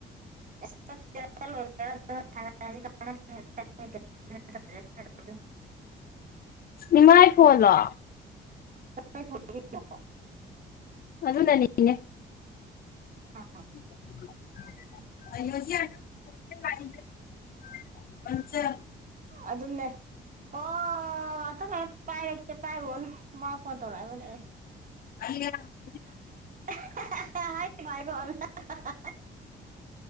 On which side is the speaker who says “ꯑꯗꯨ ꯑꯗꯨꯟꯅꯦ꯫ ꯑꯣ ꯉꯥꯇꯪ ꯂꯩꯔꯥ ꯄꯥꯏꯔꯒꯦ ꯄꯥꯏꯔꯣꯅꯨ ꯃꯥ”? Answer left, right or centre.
Right